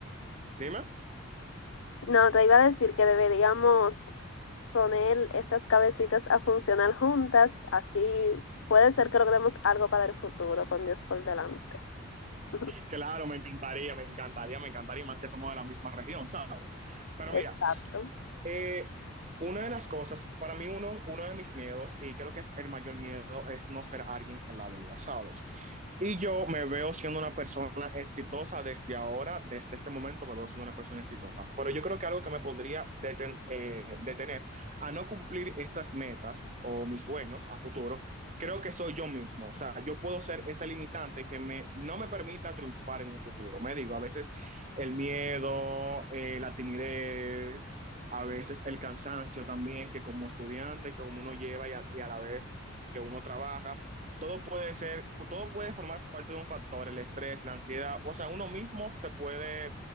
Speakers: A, on the right (about 35°); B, on the left (about 70°).
A: Dime.
B: No, te iba a decir que deberíamos poner estas cabecitas a funcionar juntas, así puede ser que logremos algo para el futuro, con Dios por delante. <laughs>
A: Claro, me encantaría, me encantaría, me encantaría, y más que somos de la misma región, ¿sabes? Pero mira,
B: Exacto,
A: eh, una de las cosas, para mí uno, uno de mis miedos, y creo que es el mayor miedo, es no ser alguien en la vida, ¿sabes? Y yo me veo siendo una persona exitosa desde ahora, desde este momento me veo siendo una persona exitosa. Pero yo creo que algo que me podría deten- eh, detener a no cumplir estas metas o mis sueños a futuro, creo que soy yo mismo. O sea, yo puedo ser ese limitante que me, no me permita triunfar en un futuro. Me digo, a veces el miedo, eh, la timidez, a veces el cansancio también, que como estudiante, que como uno lleva y a, y a la vez que uno trabaja todo puede ser, todo puede formar parte de un factor, el estrés, la ansiedad, o sea, uno mismo se puede,